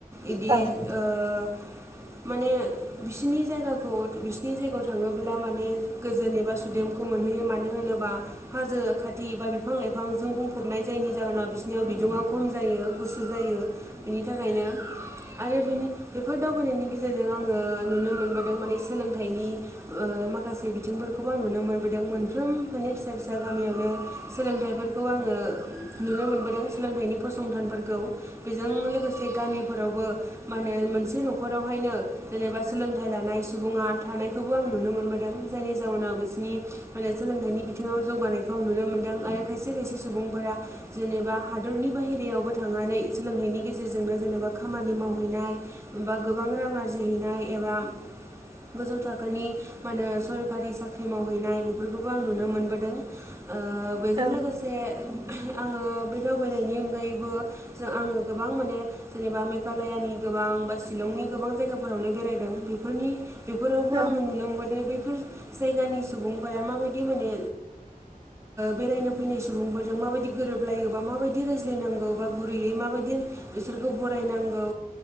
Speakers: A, on the right; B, on the right.
A: इदि
B: औ
A: ओ <inaudible> माने बिसिनि जायगाखौ बिसिनि जायगायाव थाङोब्ला माने गोजोन एबा सुदेमखौ मोन बियो मानो होनोबा हाजो खाथि बा बिफां लाइफांजों बुंफबनाय जायनि जाहोनाव बिसिरनियाव बिदुङा खम जायो गुसु जायो बिनि थाखायनो आरो बिनि बेफोर दावबायनायनि गेजेरजों आङो नुनो मोनबोदों माने सोलोंथाइनि ओ माखासे बिथिंफोरखौ बेखौबो आं नुनो मोनबोदों मोनफ्रोम माने फिसा फिसा दा गामियावनो सोलोंथाइफोरखौ आङो नुनो मोनबोदों सोलोंथाइनि फसंथान फोरखौ बेजों लोगोसे गामिफोरावबो मानो मोन मोनसे नखरावहायनो जेनेबा सोलोंथाइ लानाय सुबुङा थानायखौबो आं नुनो मोनबोदों जायनि जाउनाव बिसोर नि सोलोंथाइनि बि बिथिङाव जौगानायखौ नुनो मोनदों आरो खायसे खायसे सुबुंफोरा जेनेबा हादरनि बाहेरायावबो थाङो नानै सोलोंथाइनि गेजेरजोंनो जेनेबा खामानि मावहैनाय बा गोबां रां आरजिहैनाय एबा गोजौ थाखोनि मा होनो सरखारि साख्रि मावहैनाय बेफोरखौबो आं नुनो मोनबोदों ओ बेजों
B: औ
A: लोगोसे आङो बे दावबायनायनि अनगायैबो जों आङो गोबां माने जेनेबा मेघालयानि गोबां बा शिलंनि गोबां जायगाफोरावनो बेरायदों बेफोरनि बेफोरावबो
B: औ
A: आङो
B: औ
A: नुनो मोनदों बैफोर ज जायगानि सुबुंफोरा माबायदि माने बेरायनो फैनाय सुबुंफोरजों माबायदि गोरोब लायोबा माबायदिायज्लायनांगौ बा गुरैयै माबायदि बिसोरखौ बरायनांगौ